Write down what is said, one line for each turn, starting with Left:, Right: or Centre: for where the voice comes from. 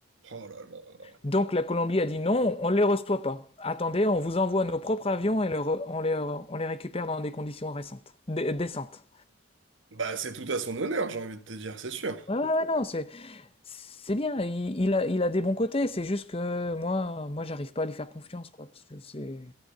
Right: Oh là là.
Left: Donc, la Colombie a dit non, on ne les reçoit pas. Attendez, on vous envoie nos propres avions et le re- on les, on les récupère dans des conditions récentes, dé- décentes.
Right: Bah c'est tout à son honneur, j'ai envie de te dire, c'est sûr.
Left: Ouais, ouais, ouais, non, c'est C'est bien, il, il a, il a des bons côtés, c'est juste que moi, moi, j'arrive pas à lui faire confiance, quoi, parce que c'est,